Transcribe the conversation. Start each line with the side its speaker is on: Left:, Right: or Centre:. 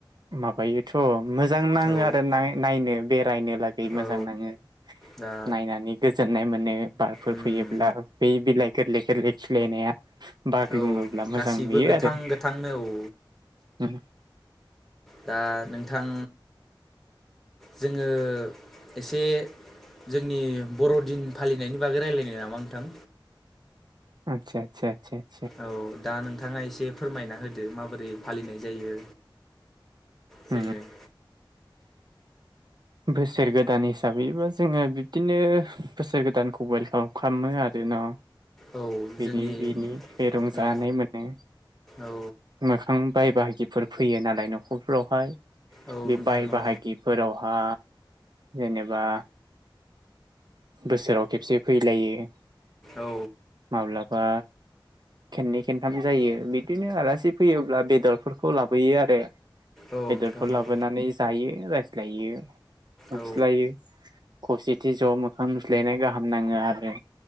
Right: माबायो थ' मोजां
Centre: औ
Right: आरो नायनो बेरायनो लागै मोजां
Centre: औ
Right: नाङो
Centre: दा
Right: नायनानै गोजोननाय मोनो बारफोर
Centre: उम
Right: फैयोब्ला बे बिलाइ गोरलै गोरलै खिलिनाया बारग्लुङोब्ला
Centre: औ
Right: मोजां
Centre: गासिबो
Right: नुयो
Centre: गोथां
Right: आरो
Centre: गोथांनो औ
Right: उम।
Centre: दा नोंथां। जोङो एसे जोंनि बर'दिन फालिनायनि बागै रायलायनो नामा नोंथां?
Right: आतसा आसा आसा
Centre: औ दा नोंथाङा एसे फोरमायना होदो माबोरै फालिनाय जायो। जोङो
Right: उम
Centre: <inaudible>
Right: बोसोर गोदान हिसाबैबो जोङो बिब्दिनो बोसोर गोदानखौ वेलकाम खालामो आरो न'
Centre: औ
Right: बेनि
Centre: जोंनि
Right: बेनि थाखाय रंजानाय
Centre: उम
Right: मोनो
Centre: औ
Right: मोखां बाय बाहा गिफोर फैयो नालाय न'खरफ्रावहाय
Centre: औ
Right: बे
Centre: नोंथां
Right: बाय
Centre: औ
Right: बाहागिफोराव आ उम एबा बोसोराव खेबसे फैलायो।
Centre: औ
Right: माबलाबा खेननै खेन्थाम जायो बिदिनो आलासि फैयोब्ला बेदरफोरखौ लाबोयो आरो
Centre: औ
Right: बेदरफोर
Centre: नोंथां
Right: लाबोनानै
Centre: औ
Right: जायो रा गायो <inaudible>
Centre: औ
Right: खौसेथि ज' मोखां नुज्लायनाय गाहाम नाङो आरो